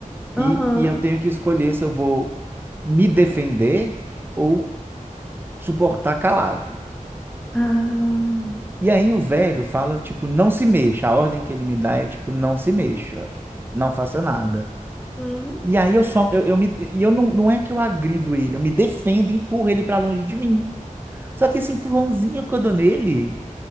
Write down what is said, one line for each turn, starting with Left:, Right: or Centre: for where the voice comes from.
Right: E,
Centre: Aham.
Right: e eu tenho que escolher se eu vou me defender ou suportar calado.
Centre: Ah.
Right: E aí o velho fala, tipo, não se mexa. A ordem que ele me dá é, tipo, não se mexa, não faça nada.
Centre: Uhum.
Right: E aí eu só, eu, eu me, e eu não, não é que eu agrido ele, eu me defendo, e empurro ele pra longe de mim. Só que esse empurrãozinho que eu dou nele,